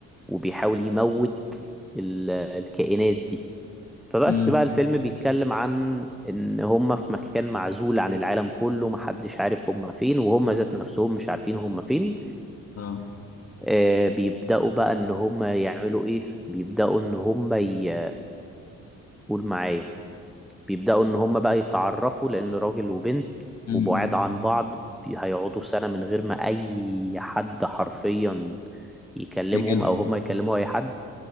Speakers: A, in the centre; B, on the left.
A: وبيحاول يموت ال... الكائنات دي فبس
B: امم
A: بقى الفيلم بيتكلم عن ان هم في مكان معزول عن العالم كله محدش عارف هم فين وهم ذات نفسهم مش عارفين هم فين
B: اه
A: آه بيبدأوا بقى ان هم يعملوا ايه بيبدأوا ان هم ي- قول معايا بيبدأوا ان هم بقى يتعرفوا لان راجل وبنت
B: امم
A: وبعاد عن بعض بي- هيقعدوا سنة من غير ما اي حد حرفيا يكلمهم
B: يجي لهم
A: او هم يكلموا اي حد